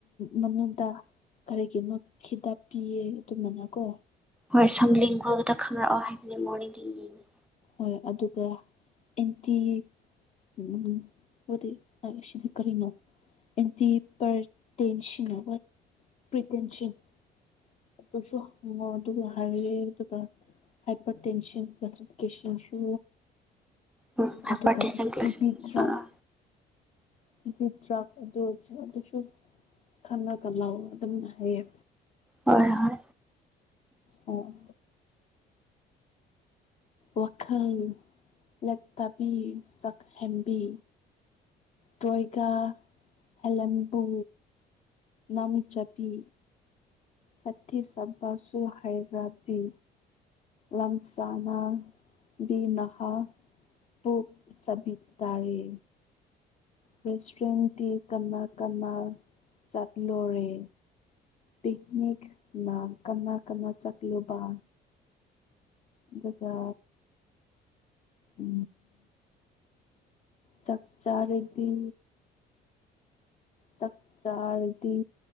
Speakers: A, on the left (about 40°); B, in the centre.
A: ꯃꯅꯨꯡꯗ ꯀꯔꯤꯒꯤꯅꯣ ꯈꯤꯇ ꯄꯤꯌꯦ ꯑꯗꯨꯃꯅ ꯀꯣ
B: ꯍꯣꯏ ꯁꯝꯂꯤꯡꯍꯜꯗ ꯈꯪꯪꯂꯛꯑꯣ ꯍꯥꯏꯕꯅꯦ ꯃꯣꯔꯅꯤꯡꯗꯒꯤ ꯌꯦꯡꯉꯦ
A: ꯍꯣꯏ ꯑꯗꯨꯒ ꯑꯦꯟꯇꯤ ꯎꯝ ꯑꯣꯗꯤ ꯑꯁꯤꯗꯤ ꯀꯔꯤꯅꯣ ꯑꯦꯟꯇꯤꯄ꯭ꯔ ꯇꯦꯟꯁꯤꯡꯅꯑꯣꯏ ꯄ꯭ꯔꯤꯇꯦꯟꯁꯟ ꯇꯣꯄꯤꯛꯁꯨ ꯍꯪꯉꯣ ꯑꯗꯨꯒ ꯍꯥꯏꯔꯒꯦ ꯑꯗꯨꯒ ꯍꯥꯏꯄꯔ ꯇꯦꯟꯁꯟ ꯀ꯭ꯂꯥꯁꯤꯐꯤꯀꯦꯁꯟꯁꯨ
B: ꯎꯝ ꯍꯥꯏꯄꯔꯇꯦꯟꯁꯟ
A: ꯑꯗꯨꯒ
B: ꯀ꯭ꯂꯥꯁ
A: ꯇꯤꯕꯤꯗ꯭ꯔꯛ
B: ꯑꯥ
A: ꯇꯤꯕꯤꯗ꯭ꯔꯛ ꯑꯗꯨ ꯑꯗꯨꯁꯨ ꯈꯪꯉꯒ ꯂꯥꯛꯑꯣ ꯑꯗꯨꯝ ꯍꯥꯏꯌꯦ
B: ꯍꯣꯏ ꯍꯣꯏ
A: ꯑꯣ ꯋꯥꯈꯜ ꯂꯛꯇꯕꯤ ꯆꯥꯛꯍꯦꯝꯕꯤ ꯇꯣꯏꯒꯥ ꯍꯦꯂꯦꯝꯕꯨ ꯅꯃꯤ ꯆꯄꯤ ꯁꯠꯇꯤ ꯁꯕꯁꯨ ꯍꯩꯔꯥꯕꯤ ꯂꯝꯁꯅꯥ ꯕꯤ ꯅꯍꯥ ꯇꯣꯛꯣꯛ ꯁꯕꯤꯠ ꯇꯥꯔꯦ ꯔꯦꯁꯇꯨꯔꯦꯟꯇꯤ ꯀꯅꯥ ꯀꯅꯥ ꯆꯠꯂꯣꯔꯦ ꯄꯤꯛꯅꯤꯛꯅ ꯀꯅꯥ ꯀꯅꯥ ꯆꯥꯛꯂꯣꯕꯥ ꯑꯗꯨꯒꯀ ꯎ ꯆꯥꯛ ꯆꯥꯔꯦꯗꯤ ꯆꯥꯛꯆꯥꯔꯗꯤ